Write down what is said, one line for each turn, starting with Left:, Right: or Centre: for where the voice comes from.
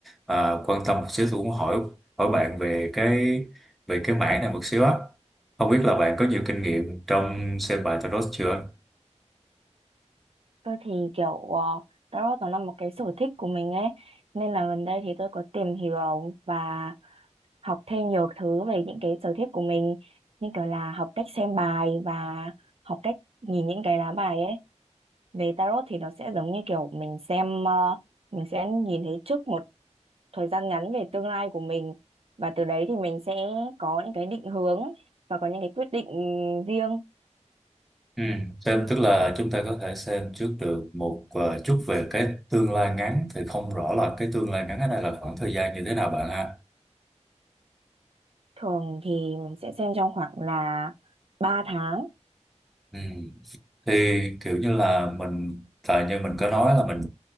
Centre: à, quan tâm một xíu tôi cũng hỏi hỏi bạn về cái về cái mảng này một xíu á không biết là bạn có nhiều kinh nghiệm trong xem bài tarot chưa
Right: Tôi thì kiểu ờ, tarot nó là một cái sở thích của mình ấy nên là gần đây thì tôi có tìm hiểu và học thêm nhiều thứ về những cái sở thích của mình như kiểu là học cách xem bài và học cách nhìn những cái lá bài ấy về tarot thì nó sẽ giống như kiểu mình xem ờ, mình sẽ nhìn thấy trước một thời gian ngắn về tương lai của mình và từ đấy thì mình sẽ có những cái định hướng và có những cái quyết định riêng
Centre: Ừ. Xem tức là chúng ta có thể xem trước được một ờ, chút về cái tương lai ngắn thì không rõ là cái tương lai ngắn ở đây là khoảng thời gian như thế nào bạn ha.
Right: thường thì mình sẽ xem trong khoảng là ba tháng
Centre: Ừ. thì kiểu như là mình tại như mình có nói là mình